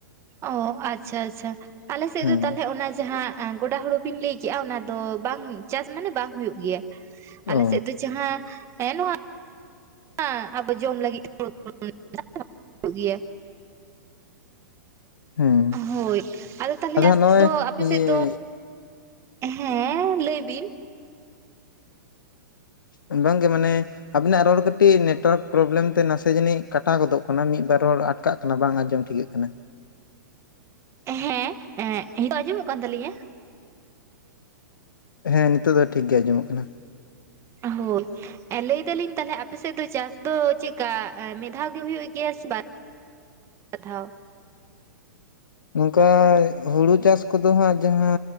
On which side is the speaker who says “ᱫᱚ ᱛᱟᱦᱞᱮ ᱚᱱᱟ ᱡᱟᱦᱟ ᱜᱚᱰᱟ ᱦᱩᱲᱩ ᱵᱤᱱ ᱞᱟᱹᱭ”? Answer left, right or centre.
Right